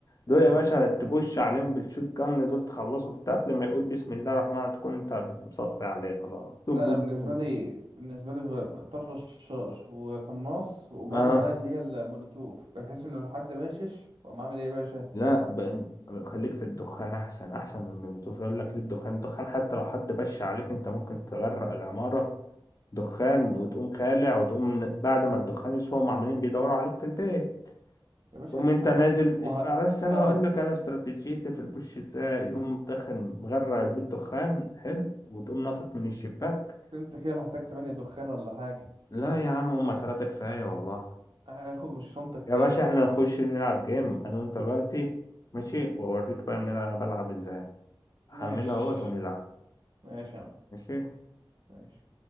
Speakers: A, on the left; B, on the right.
A: دول
B: مم.
A: يا باشا تبوش عليهم بالشوت جن دول تخلصوا في قبل ما يقول بسم الله الرحمن الرحيم تكون انت مصفي عليه خلاص بوم
B: لا
A: بوم
B: انا بالنسبة
A: بوم.
B: لي بالنسبة لي ب- بختار رشاش وقناص وباخد
A: اه
B: بقى اللي هي المولوتوف بحيث ان لو حد باشش واقوم عامل ايه يا باشا
A: لا ب... خليك في الدخان احسن احسن من الموتوف يقول لك ليه الدخان الدخان حتى لو حد بش عليك انت ممكن تغرق العمارة دخان وتقوم خالع وتقوم بعد ما الدخان يصفى هم عمالين بيدوروا عليك في البيت
B: يا باشا
A: تقوم
B: اسمع
A: انت نازل
B: مني ما
A: اسمع
B: ه...
A: بس انا
B: اه
A: هقول لك انا استراتيجيتي في البوش ازاي يقوم مدخن مغرق البيت دخان حلو وتقوم ناطط من الشباك
B: انت كده محتاج تمانية دخان ولا حاجة
A: لا يا عم هما تلاتة كفاية والله
B: هاخد من الشنطة كتير
A: يا باشا احنا نخش نلعب جيم انا وانت دلوقتي ماشي واوريك بقى بنلعب انا بلعب ازاي هحملها
B: ماشي
A: اهوت ونلعب
B: ماشي يا معلم
A: ماشي
B: ماشي